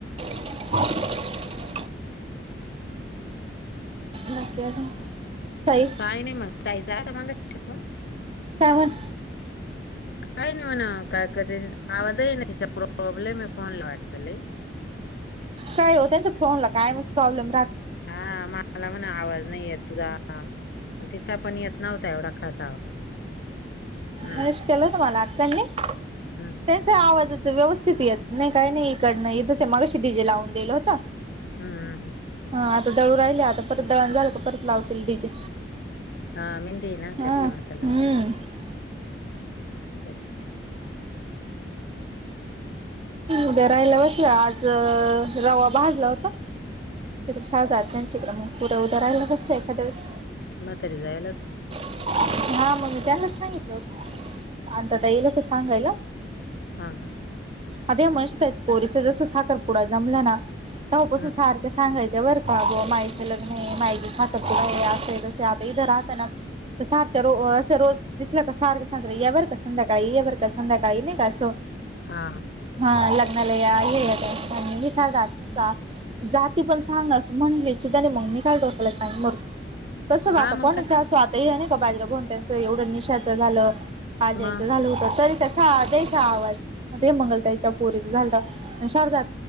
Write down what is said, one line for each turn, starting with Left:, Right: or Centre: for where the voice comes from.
Right: ह <unintelligible> बाकी अजून
Left: काही
Right: साई
Left: नाही मग जायच आहे तर मग शकून <unintelligible>
Right: काय वन.
Left: काय नाही म्हणाव. काय कर आवाज येईना तिच्या प्रॉब्लेम आहे फोनला वाटतंय लई. <inaudible>
Right: काय हो त्यांच्या फोनला कायमचं प्रॉब्लेम राहतो
Left: हा मला म्हण आवाज नाही येत तुझा तिचा पण येत नव्हता एवढा खास आवाज हम्म
Right: विष केलं तुम्हाला आत्यानी त्यांचा
Left: हम्म
Right: आवाज व्यवस्थित येत नाही काही नाही इकड नाही इथं ते मागाशी डी जे लावून दिलं होत
Left: हम्म हम् हम्
Right: ह आता दळूण राहिले आता परत दळण झालं का परत लावतील डीजे
Left: हा मेहंदी ना त्यामुळे
Right: हा
Left: आत्ता लावतील.
Right: हम्म
Left: अच्छा
Right: उद्या राहिला बसलं आज रवा भाजला होता तिकडे शहाजार त्यांच्याकडें मग पुढे उद्या राहियला कसं एखाद्या वळेस
Left: मग तरी जायलाच
Right: हा मग मी त्यांलाचं सांगितलं होत अनिता ताई येतील आत्ता सांगायला.
Left: हा हा
Right: आधीच मस्त आहे. पोरीच जस साखर पुडा जमला ना तेव्हापासून
Left: हा
Right: सारख्या सांगायच बर का मायच लग्न आहे मायच साखरपुडा आहे असं तस आता इथं राहतं ना तर सारखं रो असं रोज दिसला का सारखं सांगतात या बर का संध्याकाळी या बर का संध्याकाळी नाही का असं
Left: हा
Right: हा लग्नाला या हे येतात पाहुणी विचारतात का जाती पण सांगणार म्हणली सुधाने मग मी काय करू सांग मर तस बा
Left: हा
Right: आता कोणाच
Left: मग काय
Right: असू आता हे नाही का बाजला गोंट्या च त्यांचं एवढं निशाचं झालं अजयचं
Left: मग
Right: झालं होत तरी त्यासा द्यायचा आवाज ते मंगलताई च्या पोरीचं झालंत शारदा